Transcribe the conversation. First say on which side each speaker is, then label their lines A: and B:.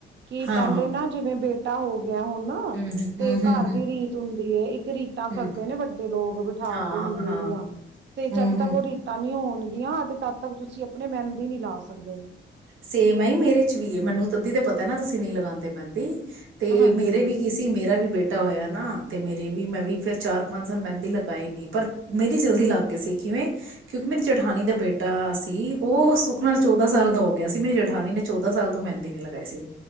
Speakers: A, on the right (about 60°); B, on the right (about 85°).
A: ਕਿ
B: ਹਾਂ
A: ਪਹਿਲੇ
B: ਹਾਂ
A: ਨਾ
B: ਹਾਂ
A: ਜਿਵੇਂ ਬੇਟੇ ਤਾਂੋ ਗਿਆ ਹੁਣ ਨਾ
B: ਹਮ
A: ਤੇ
B: ਹਮ ਹਮ ਹਮ
A: ਘਰ
B: ਹਮ
A: ਦੀ ਰੀਤ ਹੁੰ ਹੈ ਇੱਕ ਰੀਤਾਂ
B: ਹਮ
A: ਕਰਦੇ ਨੇ ਵੱਡੇ ਲੋਕ ਬਿਠਾ
B: ਹਾਂ
A: ਕੇ ਮੁੰਡੇ
B: ਹਾਂ ਹਾਂ ਹਾਂ
A: ਦੀਆਂ ਤੇ
B: ਹਮ
A: ਜਦ ਤੱਕ
B: ਹਮ
A: ਉਹ ਰੀਤਾਂ ਨੀ ਹੋਣ ੀਆਂ ਤੇ ਤਦ ਤੱਕ ਤੁਸੀਂ ਆਪਣੇ ਮੈਨ ਦੀ ਨੀ ਲਾ ਸਕ ਸਕਦੇ
B: ਸੇਮ ਮੇਰੇ ਚ ਵੀ ਏ ਮੈਨੂੰ ਤ ਅਧੀ ਤੇ ਪਤਾ ਨਾ ਤੁਸੀਂ ਨਹੀਂੀ ਲਗਾਉਂਦੇ ਮਹਿੰਦੀ ਤੇ
A: ਹਾਂਜੀ
B: ਮੇਰੇ ਵੀ ਕੀ ਸੀ ਮੇਰਾ ਵੀ ਬੇਟਾ ਹੋਇਆ ਨਾ ਤੇ ਮੇਰੇ ਵੀ ਮੈਂ ਵੀ ਫਿਰ ਚਾਰ ਪੰਜ ਸਾਲ ਮਹਿੰਦੀ ਲਗਾਈ ਨ ਪਰ ਮੇਰੀ ਜਲਦੀ ਲੱਗ ਗਏ ਸੀ ਕਿਵੇਂ ਕਿਉਂਕਿ ਮੇਰੀ ਜਠਾਨੀ ਦਾ ਬੇਟਾ ਸੀ ਉਹ ਸੁੱਖ ਨਾਲ ਚੌਦਾਂ ਸਾਲ ਦਾ ਹੋ ਗਿਆ ਗਿਆ ਸੀ ਮੇਰੀ ਜੇਠਾਨੀ ਨੇ ਚੌਦਾਂ ਸਾਲ ਤੋਂ ਮਹਿੰਦੀ ਨੇ ਲਗਾਏ ਸੀ